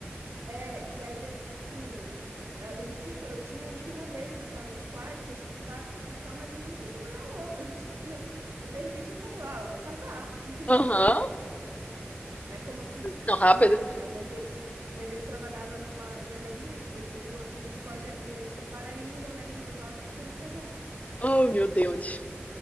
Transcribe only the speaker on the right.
é, e aí assim, é, eu já tinha, eu tinha ido uma vez na casa dos pais, conhecido os pais e tal, mas a gente conheceu meio na louca, a gente, meu, de repente ele falou, ah, eu vou casar, <laughs> e eles
olharam, mas tipo, né, como assim?
Falaram, mãe, a mãe dele, a mãe dele trabalhava numa joalheria, ele falou assim, escolhe, e separa aí uns anéis de noivado, porque eu vou casar.